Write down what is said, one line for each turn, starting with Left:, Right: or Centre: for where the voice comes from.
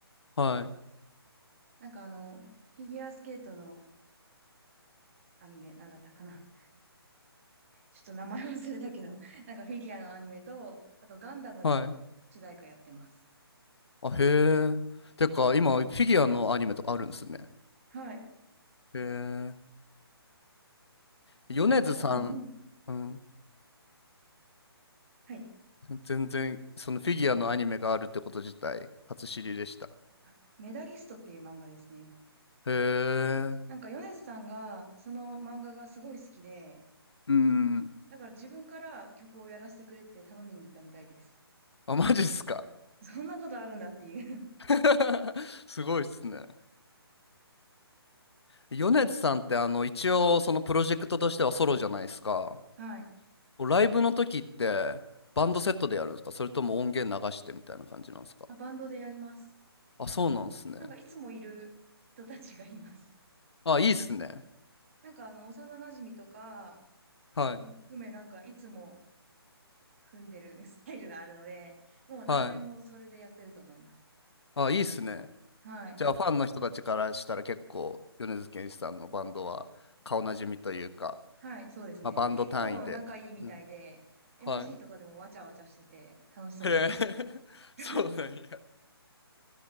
Left: はい。
Right: なんかあの、フィギュアスケートのアニメ、なんだったかな。ちょっと名前忘れたけど、<laughs> なんかフィギュアのアニメと、あとガンダムの主題歌やってます。
Left: はい。あ、へえ。てか、今、フィギュアのアニメとかあるんですね。
Right: はい。
Left: へえ。
Right: なんだったかな
Left: 米津さん、
Right: <laughs>
Left: うん。
Right: はい。
Left: 全然、そのフィギュアのアニメがあるってこと自体、初知りでした。
Right: あ、メダリストっていう漫画ですね。
Left: へえ。
Right: なんか米津さんがその漫画がすごい好きで、
Left: うん。
Right: だから自分から曲をやらせてくれって頼みに行ったみたいです。
Left: あ、マジっすか。
Right: そんなことあるんだっていう
Left: <laughs> すごいっすね。米津さんってあの一応そのプロジェクトとしてはソロじゃないですか。
Right: はい。
Left: ライブの時ってバンドセットでやるんですかそれとも音源流してみたいな感じなんですか
Right: あ、バンドでやります。
Left: あ、そうなんですね。
Right: なんかいつもいる人たちがいます。
Left: あ、いいっすね。
Right: <laughs> なんかあの、幼馴染とか
Left: はい。
Right: も含め、なんかいつも組んでるスタイルがあるので、もう何年もそれでやってると思います。
Left: はい。あ、いいっすね。
Right: はい。
Left: じゃあファンの人たちからしたら結構米津玄師さんのバンドは顔なじみというか、
Right: はい、そうですね。
Left: まあ、バンド単位でと。
Right: 結構仲いいみたいで、
Left: うん、
Right: MC
Left: はい。
Right: とかでもわちゃわちゃしてて楽しそうです。
Left: へえ、<laughs>
Right: <laughs>
Left: そうなんや。